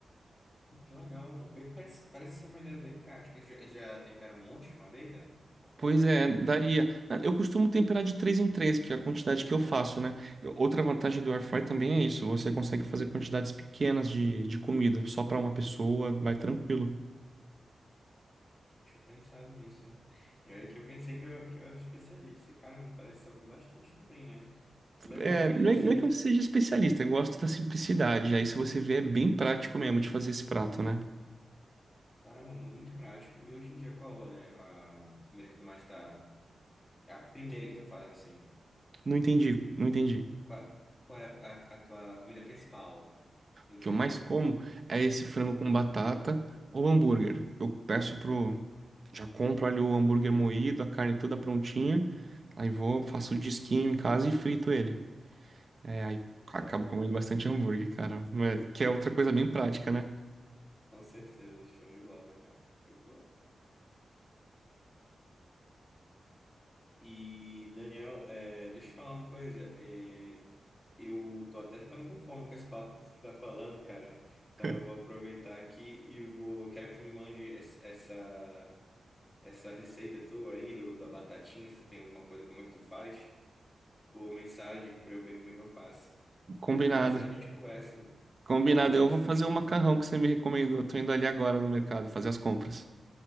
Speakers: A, on the left; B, on the right.
A: Que legal. Bem, parece, parece ser uma ideia bem prática. Já, já tempera um monte de uma vez, é? ou não?
B: Pois é, daria. Ah, Eu costumo temperar de 3 em 3, que é a quantidade que eu faço, né? Eu- Outra vantagem do air fry também é isso, você consegue fazer quantidades pequenas de, de comida, só pra uma pessoa, vai tranquilo.
A: Deixa eu pensar nisso. E olha que eu pensei que eu, que eu era especialista. Caramba, parece saber bastante também, né? Que legal.
B: É,
A: E
B: não
A: assim,
B: é, não é que
A: ó,
B: eu seja especialista, eu gosto da simplicidade. Aí se você vê, é bem prático mesmo de fazer esse prato, né?
A: caramba, muito prático. E hoje em dia, qual é a comida que tu mais tá? é A primeira que tu faz, assim.
B: Não entendi, não entendi.
A: Qual, qual é a, a tua comida principal no
B: O
A: dia
B: que eu mais
A: a dia?
B: como é esse frango
A: Uhum,
B: com batata ou hambúrguer. Eu peço pro Já compro ali o hambúrguer moído, a carne toda prontinha. Aí vou, faço o disquinho em casa e frito ele. É, aí acabo
A: bola.
B: comendo bastante hambúrguer, cara. Mas- Que é outra coisa bem prática, né?
A: Com certeza, show de bola, cara. Show de bola. E, Daniel, é, deixa eu te falar uma coisa. Eh, Eu tô até ficando com fome com esse papo que você tá falando, cara. Então
B: <laughs>
A: eu vou aproveitar aqui e vou. Quero que tu me mande es- essa essa receita tua aí do, da batatinha, se tem alguma coisa, como é que tu faz, por mensagem para eu ver como é que eu faço.
B: Combinado.
A: Beleza? Mais tarde a gente conversa.
B: Combinado.
A: Vai lá fazer
B: Eu
A: tuas
B: vou fazer
A: compras. também.
B: o macarrão que você me recomendou. Eu tô indo ali agora no mercado fazer as compras.